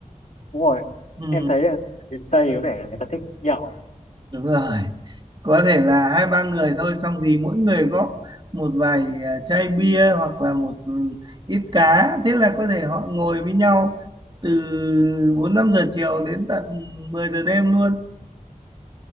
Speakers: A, on the left (about 60°); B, on the right (about 35°).
A: Đúng rồi.
B: Ừm,
A: Em thấy là miền Tây có vẻ là người ta thích nhậu
B: đúng rồi có thể là hai ba người thôi xong thì mỗi người góp một vài à, chai bia hoặc là một ừ, ít cá thế là có thể họ ngồi với nhau từ bốn năm giờ chiều đến tận mười giờ đêm luôn